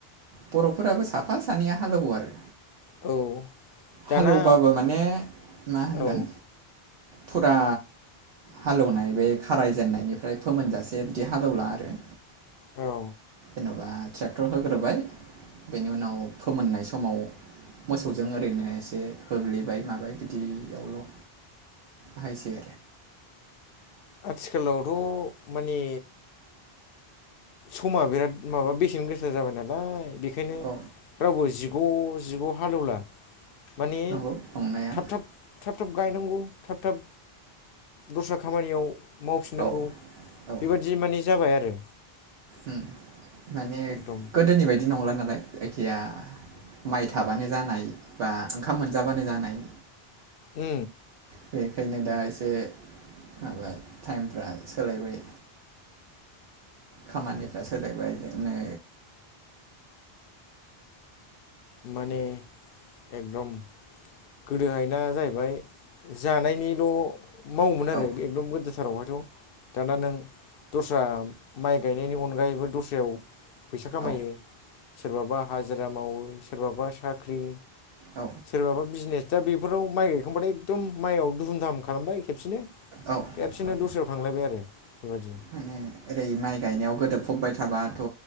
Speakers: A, on the right; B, on the left.
A: बर'फोराबो साफा सानैया हालेवो आरो
B: औ दाना
A: हालेवबाबो माने मा होनगोन
B: औ
A: फुरा हालेवनाय बे खारायजेननायनिफ्राय फोमोनजासे बिदि हालेवला आरो
B: औ
A: जेन'बा ट्रेक्टर होग्रोबाय बेनि उनाव फोमोननाय समाव मोसौजों ओरैनो एसे होग्लिबाय माबाय बिदियावल' खायसे
B: आथिखालावथ' माने समा बिराद माबा बेसेन गोसा जाबाय नालाय बेखायनो
A: औ
B: रावबो जिब गजिग' हालेवला माने
A: नंगौ नंनाया
B: थाब थाब थाब थाब गायनांगौ थाब थाब दस्रा खामानियाव मावफिननांगौ
A: औ औ
B: बेबादि माने जाबाय आरो
A: उम। माने
B: एकदम
A: गोदोनि बायदि नंला नालाय जायखिया माइ थाबानो जानाय बा ओंखाम मोनजाबानो जानाय
B: उ
A: बेखायनो दा एसे माबा टाइमफ्रा सोलायबाय खामानिफ्रा सोलायबाय बिदिनो
B: माने एकदम गोदोहायना जाहैबाय जानायनिल' मावोमोन आरो
A: औ
B: एकदम गोदोथारावहाय दाना नों दस्रा माइ गायनायनि अनगायैबो दस्रायाव फैसा खामायो
A: औ
B: सोरबाबा हाजिरा मावो सोरबाबा साख्रि
A: औ
B: सोरबाबा बिजनेस दा बेफोराव माइ गायखांबाथाय एकदम माइआव दुहुम दाहाम खालामबाय खेबसेनो
A: औ
B: खेबसेनो
A: औ
B: दस्रायाव थांलायबाय आरो बेबायदि
A: माने ओरै माइ गायनायाव गोदोबफबबाय थाबाथ'